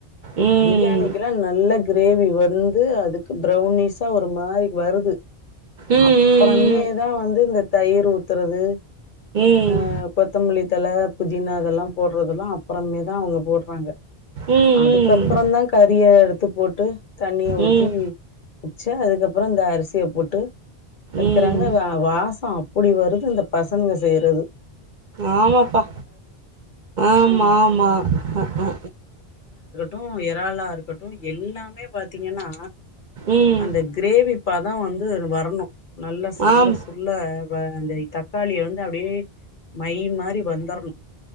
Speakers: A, on the right; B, on the left.
A: ம்
B: பிரியாணிக்கு ல்லா நல்ல கிரேவி வந்து அதுக்கு பரௌனிஸா ஒரு மாரி வருது
A: ம் ம்
B: அப்றேமேதா வந்து இந்த தயிர் ஊத்துறது
A: ம்
B: அஹ் கொத்தமல்லித்தழ பு தினா எல்லா போடுறதுெல்லா அப்றேமே தா அவுங்க போடுறாங்க
A: ம்
B: அதுக்கப்
A: ம்
B: தா கறியை எடுத்து போட்டு தண்ணிய ஊத்தி
A: ம்
B: வச்சு அதுக்கப்றோ இந்த அரிசியை போட்டு வைக்கிறாங்க
A: ம்
B: வாசம் அப்பிடி வரு இந்த பசங்க செய்றது
A: ஆமாப்பா ஆமா
B: ஆ
A: ஆமா ஹா ஹா
B: வு இறால இருக்கட்டு எல்லாமே பாத் திங்கன்னா
A: ம்
B: அந்த கிரேவி பதம் வந்து ரொம்ப வரணு நல்ல சுருள
A: ஆம்
B: சுருள வ அந்த தக்காளிய வந்து அப்பிடியே மை மாரி வந்தர்ணு